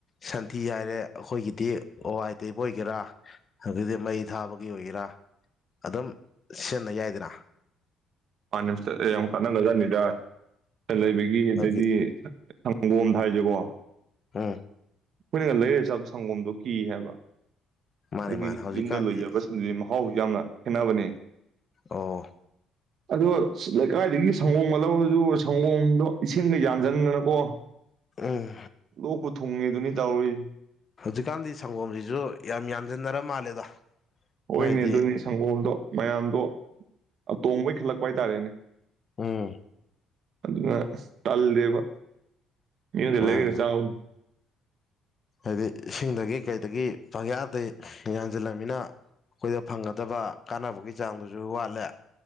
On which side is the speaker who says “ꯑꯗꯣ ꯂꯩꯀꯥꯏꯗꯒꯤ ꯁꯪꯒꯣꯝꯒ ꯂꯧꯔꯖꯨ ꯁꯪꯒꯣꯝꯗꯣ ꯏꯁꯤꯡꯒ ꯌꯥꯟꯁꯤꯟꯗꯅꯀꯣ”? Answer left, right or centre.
Right